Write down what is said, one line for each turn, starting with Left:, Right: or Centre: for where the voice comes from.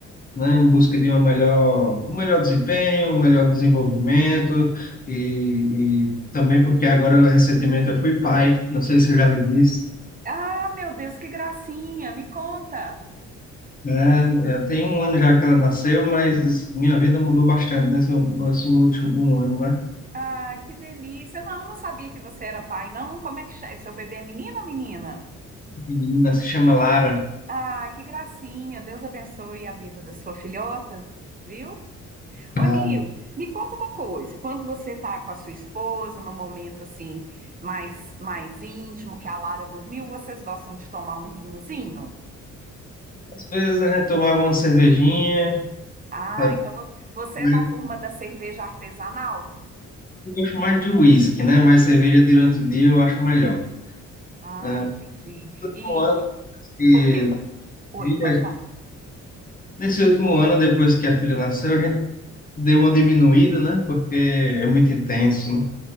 Left: né, em busca de uma melhor, um melhor desempenho, um melhor desenvolvimento e, e também porque agora recentemente eu fui pai, não sei se eu já lhe disse.
Right: Ah, meu Deus, que gracinha! Me conta.
Left: é Eu tenho um ano já que ela nasceu, mas minha vida mudou bastante nesse, nesse último um ano, né?
Right: Ah, que delícia. Não, não sabia que você era pai, não. Como é que chama? Seu bebê é menino ou menina?
Left: A Menina se chama Lara.
Right: Ah, que gracinha. Deus abençoe a vida da sua filhota, viu? Ô,
Left: Ah,
Right: Nil, me conta uma coisa. Quando você tá com a sua esposa, num momento assim mais mais íntimo, que a Lara dormiu, vocês gostam de tomar um vinhozinho?
Left: Às vezes a gente tomava uma cervejinha,
Right: Ah,
Left: sabe?
Right: então vo- você
Left: Mas
Right: é da turma da cerveja artesanal?
Left: Eu gosto mais de uísque, né? Mas cerveja durante o dia eu acho melhor.
Right: Ah,
Left: Ah,
Right: entendi.
Left: nesse
Right: E
Left: último ano que-
Right: por que? Oi,
Left: filha-
Right: pode falar.
Left: nesse último ano, depois que a filha nasceu, a gente deu uma diminuída, né? Porque é muito intenso, né?